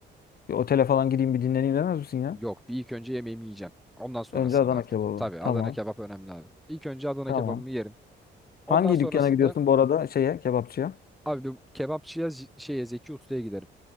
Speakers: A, on the left; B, in the centre.
A: Bir otele falan gideyim bir dinleneyim demez misin ya?
B: Yok bir ilk önce yemeğimi yiyeceğim. Ondan sonrasında
A: Önce Adana
B: artık.
A: kebabı.
B: Tabii
A: Tamam.
B: Adana kebap önemli abi. İlk önce Adana
A: Tamam.
B: kebabımı yerim.
A: Hangi
B: Ondan sonrasında
A: dükkana gidiyorsun bu arada şeye kebapçıya?
B: abi bir kebapçıya Z- şeye Zeki Usta'ya giderim.